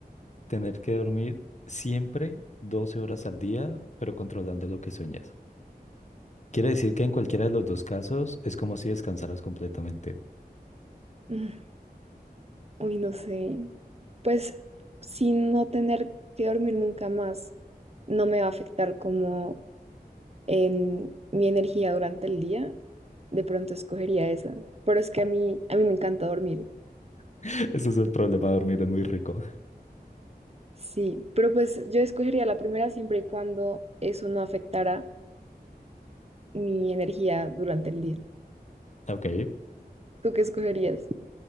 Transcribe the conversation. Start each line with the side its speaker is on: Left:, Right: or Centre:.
Left: tener que dormir siempre 12 horas al día, pero controlando lo que sueñas? Quiere decir que en cualquiera de los dos casos es como si descansaras completamente.
Right: Mm, Uy, no sé. Pues sin no tener que dormir nunca más, no me va a afectar como en mi energía durante el día. De pronto escogería esa. Pero es que a mí, a mí me encanta dormir.
Left: <laughs> Ese es el problema, dormir es muy rico. <laughs>
Right: Sí, pero pues yo escogería la primera siempre y cuando eso no afectara mi energía durante el día.
Left: Ok,
Right: ¿Tú qué escogerías?